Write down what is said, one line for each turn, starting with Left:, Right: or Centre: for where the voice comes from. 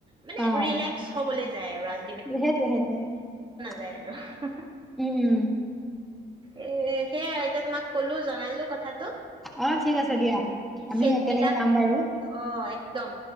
Right: মানে
Centre: অ
Right: ৰিলেক্স হ'বলৈ ৰাল
Centre: <unintelligible> <unintelligible>
Right: যায় আৰু
Centre: উম
Right: এ সেয়াই এতিয়া তোমাক ক'লো জনালো কথা
Centre: অ ঠিক আছে দিয়া আমি
Right: চেট
Centre: একেলগে
Right: বিলাক
Centre: যাম বাৰু
Right: অ একদম